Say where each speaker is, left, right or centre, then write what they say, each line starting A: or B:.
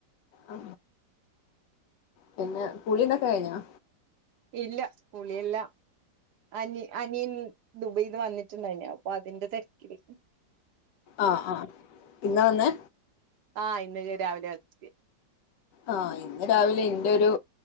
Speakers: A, on the left (about 80°); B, on the right (about 70°).
A: അ പിന്നെ കുളിതൊക്കെ കഴിഞ്ഞോ
B: ഇല്ല കുളിയെല്ലാം അനി അനിയൻ ദുബൈയിന്ന് വന്നിട്ടുണ്ടായിനി അപ്പൊ അതിന്റെ തിരക്കിലേനി
A: ആഹ ഇന്നാ വന്നേ
B: ആഹ് ഇന്ന് ലെ രാവിലെ എത്തി
A: ആഹ് ഇന്ന് രാവിലെ ഇന്റെ ഒരു